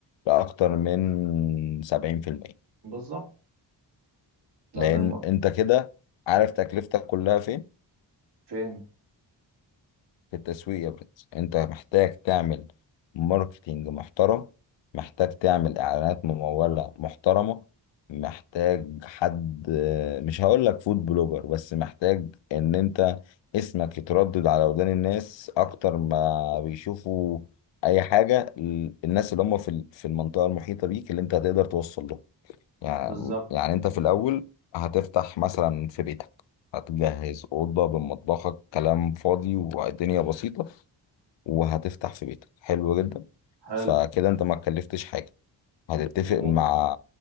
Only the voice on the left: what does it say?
لاكتر من 70%
لان
انت كده عارف تكلفتك كلها فين
في التسويق يا برنس انت محتاج تعمل ماركتينج محترم محتاج تعمل اعلانات ممولة محترمة محتاج حد مش هقول لك فود بلوجر بس محتاج ان انت اسمك يتردد على ودان الناس اكتر ما بيشوفوا اي حاجة ال- الناس اللي هم في ال- في المنطقة المحيطة بيك اللي انت هتقدر توصل لهم يعني
يعني انت في الاول هتفتح مثلا في بيتك هتجهز اوضه بمطبخك كلام فاضي والدنيا بسيطه وهتفتح في بيتك حلو جدا
فكده انت ما اتكلفتش حاجه هتتفق
مع